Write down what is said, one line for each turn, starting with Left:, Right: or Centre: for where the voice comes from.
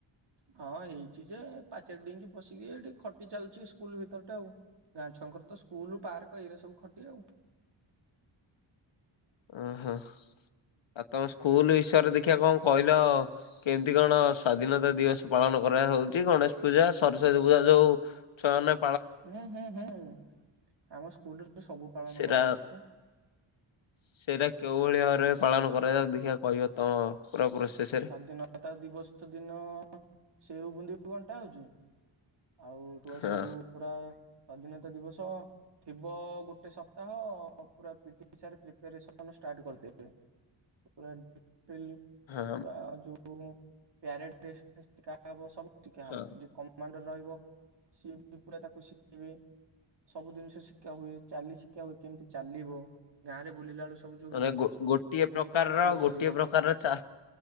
Right: ହଁ ହେଇଛି ଯେ, ପାଚେରି ଡେଇଙ୍କି ପଶିକି ଏଠି ଖଟି ଚାଲୁଛି ସ୍କୁଲ ଭିତର ଟା ଆଉ ଗାଁ ଛୁଆଙ୍କର ତ ସ୍କୁଲ, ପାର୍କ, ଏଇରା ସବୁ ଖଟିି ଆଉ
Left: ଓହୋ ଆଉ ତମ ସ୍କୁଲ ବିଷୟରେ
Right: ହୁଁ
Left: ଦେଖିବା କଣ କହିଲ। କେମିତି କଣ ସ୍ଵାଧୀନତା ଦିବସ ପାଳନ କରା ହଉଛି ଗଣେଶ ପୂଜା ସରସ୍ଵତୀ ପୂଜା ଯୋଉ ଛୁଆ ମାନେ
Right: ହୁଁ ହୁଁ ହୁଁ। ଆମ ସ୍କୁଲରେ ସବୁ ପାଳନ
Left: ସେଟା
Right: କରାହଉଛି ତ।
Left: ସେଇଟା କୋଉ ଭଳି ଭାବରେ ପାଳନ କରାଯାଉ ଦେଖିବା କହିବ ତମ ପୁରା ପ୍ରୋସେସରେ
Right: ସ୍ଵାଧୀନତା ଦିବସ ଦିନ ସେଉ ବୁନ୍ଦୀ ବଣ୍ଟା ହଉଛି ଆଉ
Left: ହଁ
Right: ସବୁ ପୁରା ସ୍ଵାଧୀନତା ଦିବସ ଥିବ ଗୋଟେ ସପ୍ତାହ ପୁରା ପିଟି ସାର୍ ପ୍ରିପାରେସନ୍ ଷ୍ଟାର୍ଟ କରିଦେବେ। ଉପରେ <unintelligible> ପୁରା
Left: ହଁ
Right: ଯୋଉ ପ୍ୟାରେଡ ଶିଖା ହବ ସବୁ ଶିଖା ହବ
Left: ହଁ
Right: କମାଣ୍ଡ ରହିବ ସିଏ ବି ପୁରା ତାକୁ ଶିଖିବେ ସବୁ ଜିନିଷ ଶିକ୍ଷା ହୁଏ ଚାଲି ଶିକ୍ଷା ହୁଏ। କେମିତି ଚାଲିବ ଗାଁ ରେ ବୁଲିଲା ବେଳୁ ସବୁ ଯୋଉ
Left: ମାନେ
Right: ଗୀତ
Left: ଗୋ ଗୋଟିଏ
Right: କେମିତି
Left: ପ୍ରକାରର
Right: କଣ ଇଏ
Left: ଗୋଟିଏ
Right: କରିବ।
Left: ପ୍ରକାରର ଚା